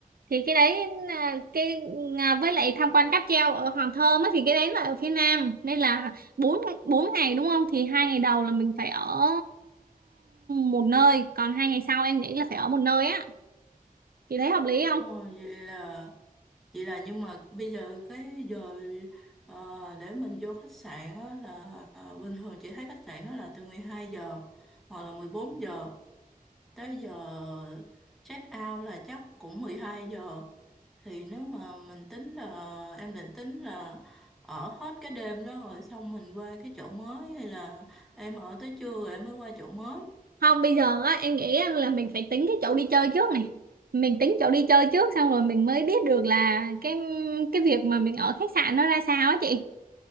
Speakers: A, on the right; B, in the centre.
A: thì cái đấy là cái à, với lại tham quan cáp treo ở Hòn Thơm á thì cái đấy là ở phía Nam nên là bốn bốn ngày đúng không thì hai ngày đầu là mình phải ở một nơi còn hai ngày sau em nghĩ là phải ở một nơi á thì thấy hợp lý không
B: Ồ, vậy là... Vậy là nhưng mà bây giờ cái giờ ờ, để mình vô khách sạn á, là ờ, bình thường chị thấy khách sạn đó là từ 12 giờ hoặc là 14 giờ tới giờ check out là chắc cũng 12 giờ thì nếu mà mình tính là em định tính là ở hết cái đêm đó rồi xong mình qua cái chỗ mới hay là em ở tới trưa rồi em mới qua chỗ mới.
A: không bây giờ á em nghĩ á, là mình phải tính cái chỗ đi chơi trước này mình tính chỗ đi chơi trước xong rồi mình mới biết được là cái cái việc mà mình ở khách sạn nó ra sao á chị